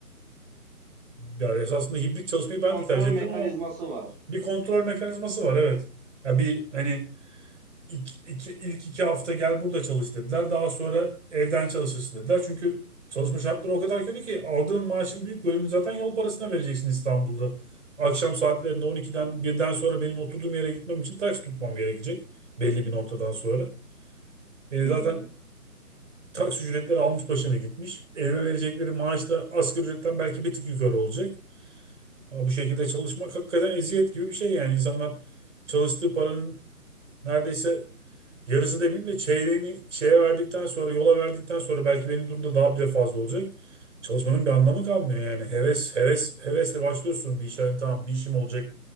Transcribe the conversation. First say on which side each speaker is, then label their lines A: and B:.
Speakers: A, on the right; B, on the right.
A: yani esasında hibrit çalışmayı
B: Bir kontrol
A: ben de tercih ederim
B: mekanizması
A: ama
B: var.
A: bir kontrol mekanizması var evet. Ya bir hani ilk iki, ilk iki hafta gel burada çalış dediler. Daha sonra evden çalışırsın dediler. Çünkü çalışma şartları o kadar kötü ki aldığın maaşın büyük bölümünü zaten yol parasına vereceksin İstanbul'da. Akşam saatlerinde 12'den
B: Evet.
A: birden sonra benim oturduğum yere gitmem için taksi tutmam gerekecek belli bir noktadan sonra. E,
B: Hı hı,
A: zaten taksi ücretleri almış başına gitmiş. Elime verecekleri maaş da asgari ücretten belki bir tık yukarı olacak. Ama bu şekilde çalışmak hakikaten eziyet gibi bir şey yani. İnsanlar çalıştığı paranın neredeyse yarısı demeyeyim de çeyreğini şeye verdikten sonra, yola verdikten sonra belki benim durumda daha bile fazla olacak. Çalışmanın bir anlamı kalmıyor yani. Heves, heves, hevesle başlıyorsun bir işe. Hani tamam bir işim olacak,